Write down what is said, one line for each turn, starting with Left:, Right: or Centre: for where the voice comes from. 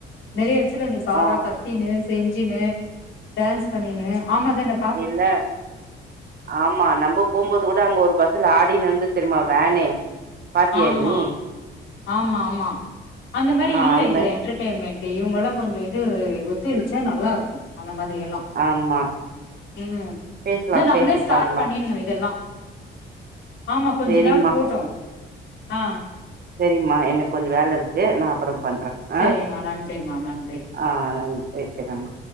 Left: நெறைய நீ பாரா
Right: ஓ
Left: கத்தினு செஞ்சுனு டான்ஸ் பண்ணினு ஆமா தான
Right: இல்ல ஆமா நம்ம போபோது கூட அங்க ஒரு பஸ்ஸில ஆடினுந்து இருந்துது தெரிமா வேனே பாத்தியா
Left: ஆமா
Right: நீ
Left: ஆமா ஆமா அந்த மாரி
Right: ஆ
Left: இல்ல
Right: அந்த
Left: இதுல
Right: மாரி
Left: என்ட்ரெயின் என்டென்மெண்ட் இவுங்கலா கொஞ்சோ இது ஒத்துழச்சா நல்லாருக்கு அந்த மாரியெல்லா
Right: ஆமா
Left: ம்
Right: பேசலா
Left: இத நம்ளே
Right: பேசி
Left: ஸ்டார்ட்
Right: பாக்கலா
Left: பண்ணிடுணு இதெல்லா ஆமா கொஞ்ச
Right: செரிம்மா
Left: நாள் போட்டோ ஆ
Right: செரிம்மா எனக்கு கொஞ்சோ வேல இருக்கு நா அப்புறோ பண்றே
Left: செரிம்மா
Right: ஆ
Left: நன்றிமா நன்றி
Right: ஆ நன் வெக்கிற மா